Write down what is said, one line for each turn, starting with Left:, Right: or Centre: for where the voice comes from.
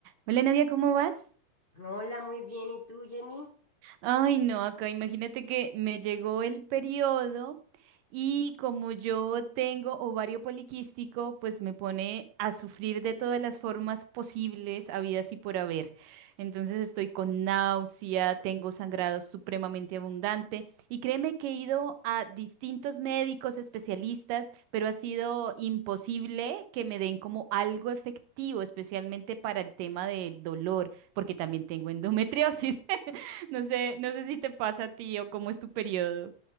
Right: Hola Nadia, ¿cómo vas?
Left: Hola, muy bien. ¿Y tú, Jenny?
Right: Ay, no, acá imagínate que me llegó el periodo y como yo tengo ovario poliquístico, pues me pone a sufrir de todas las formas posibles, habidas y por haber. Entonces estoy con náusea, tengo sangrado supremamente abundante y créeme que he ido a distintos médicos especialistas, pero ha sido imposible que me den como algo efectivo, especialmente para el tema del dolor, porque también tengo endometriosis. <laughs> No sé, no sé si te pasa a ti o cómo es tu periodo.